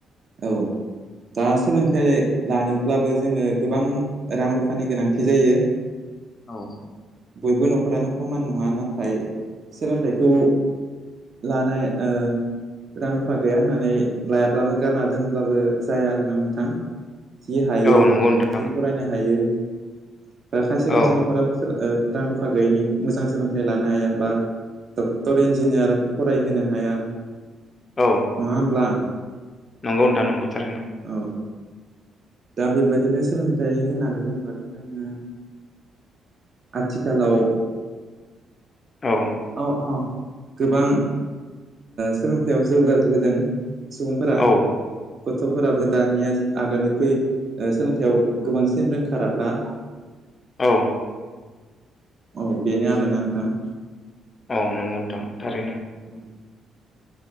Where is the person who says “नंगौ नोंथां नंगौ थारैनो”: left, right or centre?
Left